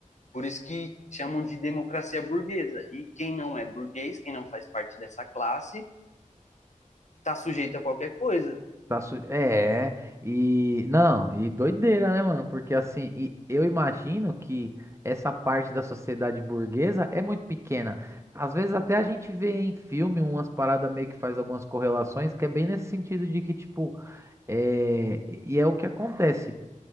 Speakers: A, on the left; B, on the right.
A: por isso que chamam de democracia burguesa. E quem não é burguês, quem não faz parte dessa classe, está sujeito a qualquer coisa.
B: Tá su- É, é. e não, e doideira, né, mano? Porque assim, e eu imagino que essa parte da sociedade burguesa é muito pequena. Às vezes até a gente vê em filme umas paradas meio que faz algumas correlações, que é bem nesse sentido de que, tipo, é, e é o que acontece.